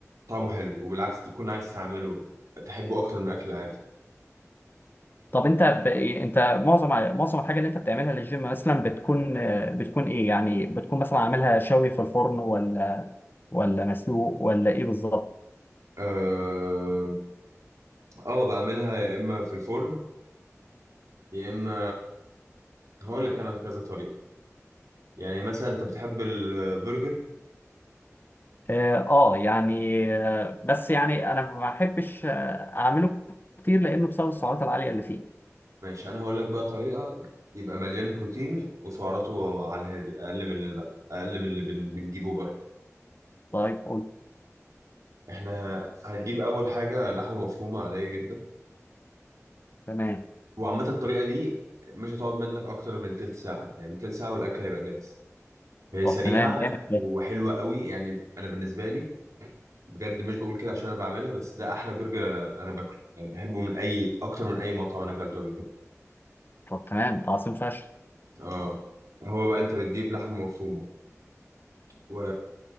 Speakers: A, on the right; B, on the left.
A: طعمه حلو وبالعكس تكون عايز تعمله تحبه اكتر من الاكل العادي
B: طب انت ب... انت معظم معظم الحاجه اللي انت بتعملها للجيم مثلا بتكون آه، بتكون ايه يعني بتكون مثلا عاملها شوي في الفرن ولا ولا مسلوق ولا ايه بالظبط
A: اه آه، بعملها يا اما في الفرن يا اما هقول لك انا كذا طريقه يعني مثلا انت بتحب البرجر
B: اه آه، يعني آه، بس يعني انا ما بحبش آه، اعمله كتير لانه بسبب السعرات العاليه اللي فيه
A: ماشي انا هقول لك بقى طريقه يبقى مليان بروتين وسعراته على الهادي اقل من اللي اقل من اللي بن- بنجيبه بره
B: طيب قول
A: احنا ه- هنجيب اول حاجه لحمه مفرومه عاديه جدا
B: تمام
A: وعامه الطريقه دي مش هتقعد منك اكتر من تلت ساعه يعني تلت ساعه والاكل هيبقى جاهز هي
B: طب
A: سريعه
B: تمام جامد ده
A: وحلوه قوي يعني انا بالنسبه لي بجد مش بقول كده عشان انا بعملها بس ده احلى برجر انا باكله يعني بحبه من اي اكتر من اي مطعم انا اكلته قبل كده
B: طب تمام ده عظيم فشخ
A: اه هو بقى انت بتجيب لحمه مفرومه و